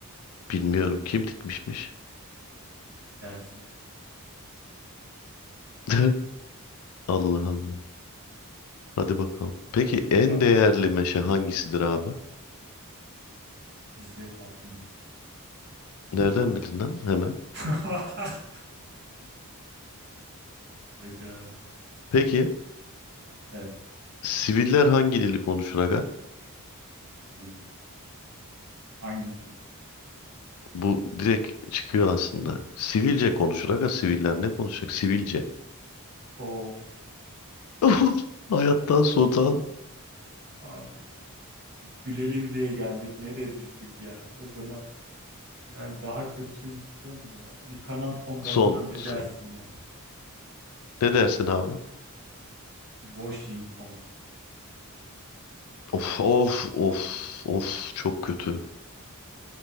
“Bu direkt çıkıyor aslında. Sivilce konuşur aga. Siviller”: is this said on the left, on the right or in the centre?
Left